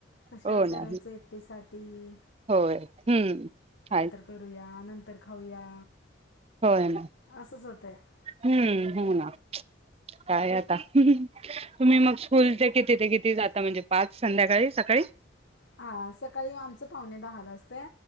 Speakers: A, on the left; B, on the right.
A: कशाला
B: हो
A: करायचं
B: ना
A: एकटीसाठी ह
B: होय हूं हाय
A: करूया नंतर खाऊया
B: होय ना
A: असंच होतं आहे
B: हूं हो ना काय आता तुम्ही मग स्कूलचे किती ते किती जात म्हणजे पाच संध्याकाळी सकाळी
A: हा सकाळी आमचं पाहुणे दहा ला असते